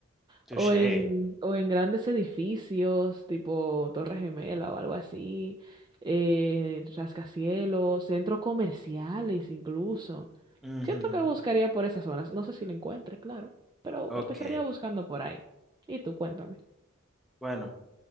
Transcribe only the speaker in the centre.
Touché.
Ujú.
Ok.
Bueno.